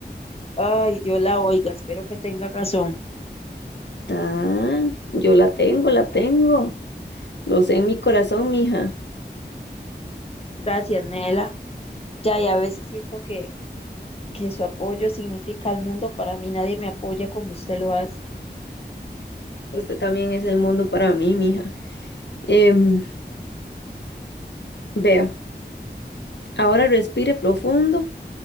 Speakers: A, on the left (about 35°); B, on the left (about 75°).
A: Ay, Dios la oiga, espero que tenga razón.
B: Ah, yo la tengo, la tengo. Lo sé en mi corazón, mija.
A: Gracias, Mela. Ya, y a veces siento que, que su apoyo significa al mundo. Para mí nadie me apoya como usted lo hace.
B: Usted también es el mundo para mí, mija. Em, vea, ahora respire profundo